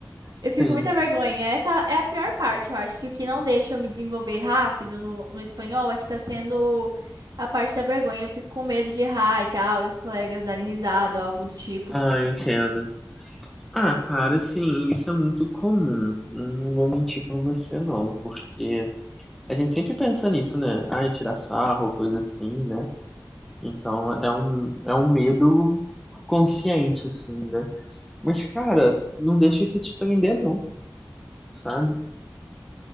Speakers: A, on the right (about 70°); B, in the centre.
A: Eu
B: Sim.
A: fico com muita vergonha. Essa é a pior parte. Eu acho que o que não deixa eu me desenvolver rápido no, no espanhol é que tá sendo a parte da vergonha. Eu fico com medo de errar e tal, e os colegas darem risada ou algo do tipo.
B: Ah, eu entendo. Ah, cara, sim, isso é muito comum. Não, não vou mentir pra você, não, porque a gente sempre pensa nisso, né? Ai, tirar sarro, coisa assim, né? Então é um, é um medo consciente, assim, né? Mas, cara, não deixa isso te prender, não, sabe?